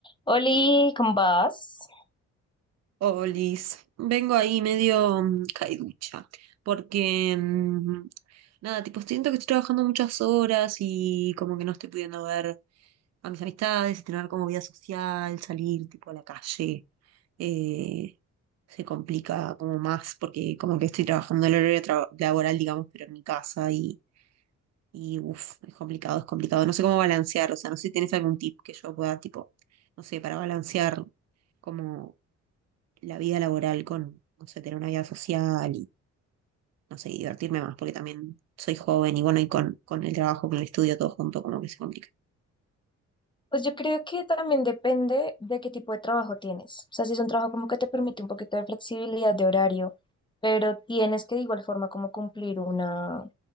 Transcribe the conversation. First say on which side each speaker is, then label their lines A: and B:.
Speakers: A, on the left; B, on the right.
A: Oli, ¿cómo vas?
B: Olis, vengo ahí medio mm, caiducha, porque mm, nada, tipo, siento que estoy trabajando muchas horas y como que no estoy pudiendo ver a mis amistades, tener como vida social, salir tipo a la calle. eh, se complica como más porque como que estoy trabajando el horario tra- laboral, digamos, pero en mi casa y, y uff, es complicado, es complicado. No sé cómo balancear, o sea, no sé si tienes algún tip que yo pueda, tipo, no sé, para balancear. como la vida laboral con, no sé, tener una vida social y, no sé, y divertirme más, porque también soy joven y bueno, y con, con el trabajo, con el estudio, todo junto, como que se complica.
A: Pues yo creo que también depende de qué tipo de trabajo tienes. O sea, si es un trabajo como que te permite un poquito de flexibilidad de horario, pero tienes que de igual forma como cumplir una, o